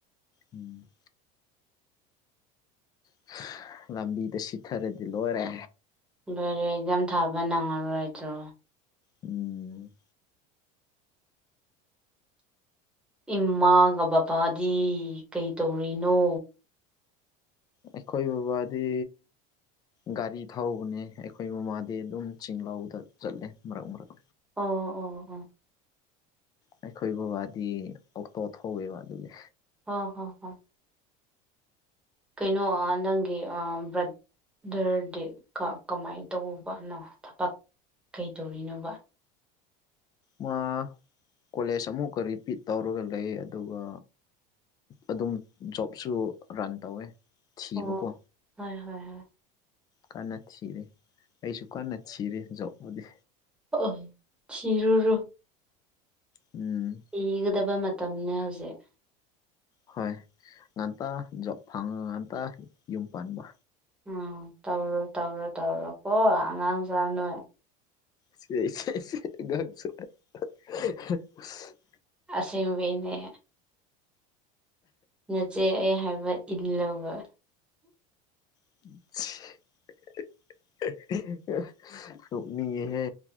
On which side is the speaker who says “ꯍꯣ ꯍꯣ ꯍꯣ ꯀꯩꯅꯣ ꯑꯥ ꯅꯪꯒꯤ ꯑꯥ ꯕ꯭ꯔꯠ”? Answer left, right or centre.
Centre